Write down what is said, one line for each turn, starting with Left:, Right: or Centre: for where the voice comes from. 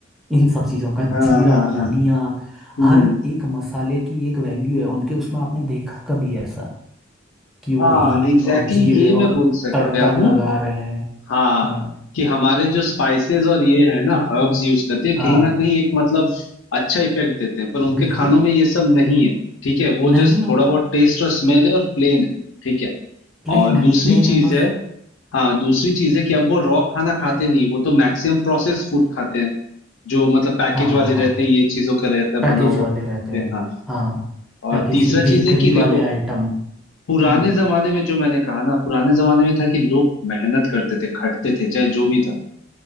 Centre: इन सब चीज़ों का
Left: हाँ
Centre: जीरा
Left: हाँ हाँ
Centre: धनिया
Left: हम्म
Centre: हर एक मसाले की एक वैल्यू है उनके उसमें आपने देखा कभी ऐसा कि वो
Left: हाँ
Centre: हींग
Left: एग्जैक्टली
Centre: और जीरे
Left: exactly ये
Centre: और
Left: मैं बोल सकता
Centre: तड़का
Left: हूँ
Centre: लगा रहे हैं
Left: हाँ
Centre: हाँ
Left: कि हमारे जो स्पाइसेस और ये है ना हर्ब्स यूज करते हैं
Centre: हाँ
Left: कहीं ना कहीं एक मतलब अच्छा इफेक्ट देते हैं पर उनके
Centre: बिल्कुल
Left: खानों में ये सब नहीं है ठीक है वो
Centre: नहीं
Left: जस्ट
Centre: होता
Left: थोड़ा बहुत टेस्ट और स्मेल है और प्लेन है ठीक है
Centre: प्लेन
Left: और
Centre: है
Left: दूसरी
Centre: प्लेन है
Left: चीज
Centre: बस
Left: है हाँ दूसरी चीज है कि अब वो रॉ खाना खाते नहीं वो तो मैक्सिमम प्रोसेस फूड खाते हैं जो मतलब पैकेज
Centre: हाँ
Left: वाले
Centre: हाँ हाँ
Left: रहते हैं ये चीजों का रहता है
Centre: पैकेज
Left: बना हुआ
Centre: वाले
Left: ठीक
Centre: रहते हैं
Left: है हाँ
Centre: हाँ
Left: और
Centre: पैकेज
Left: तीसरा
Centre: ही बेकरी
Left: चीज है कि
Centre: वाले
Left: देखो
Centre: आइटम
Left: पुराने
Centre: हम्म
Left: जमाने में जो मैंने कहा ना पुराने जमाने में था कि लोग मेहनत करते थे खटते थे चाहे जो भी था